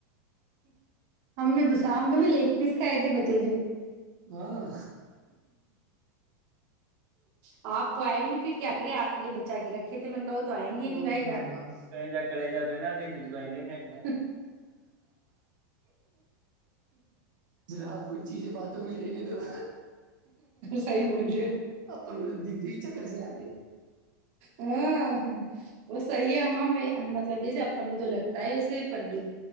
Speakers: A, on the right; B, on the right.
A: نے تو شام کو بھی لگ پیس کھائے تھے بچے جو
B: ہاں
A: آپ تو آئے نہیں پھر کیا کرے آپ کے لیے بچا کے رکھے تھے میں نے کہ ب تو آئیں گے
B: کوئی
A: نہیں بھائی جان
B: جناب
A: تو کے جا کڑے جا تو نا پجیج ب میں ہےائے گا
B: جناب کچھ چیزیں باتوں میں دنے تو
A: سی بولج
B: اپن دگ دگ چ قرضے آتے
A: ہاں ہ وہ صحیح ہے ہم مطلب جیسے اپن کو تو لگتا ہے ایسے پر